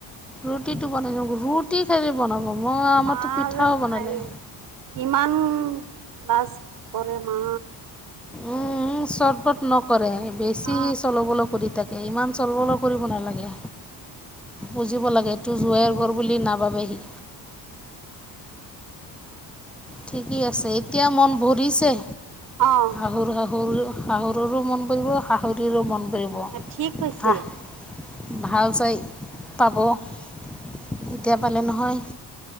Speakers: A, in the centre; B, on the right.
A: ৰুটিটো বনাই আক ৰুটি খাই যে বনাব মই
B: মোৰ
A: আমাৰতো
B: মা
A: পিঠাও
B: যেন
A: বনালে
B: আৰি কিমান লাজ পৰে মা
A: উম উ চটবট নকৰে এ বেছি
B: অ
A: চলবল কৰি থাকে ইমান চলবল কৰিব নালাগে। বুজিব লাগে এটো জোঁৱাইৰ ঘৰ বুলি নাভাবে সি। ঠিকেই আছে এতিয়া মন ভৰিছে।
B: অ।
A: শহুৰ শাহুৰ শাহুৰৰো মন বৰিব শাহুৰীৰো মন ভৰিব।
B: ঠিক হৈছে
A: খাহ ভাল চাই পাব এতিয়া পালে
B: মোৰ
A: নহয়।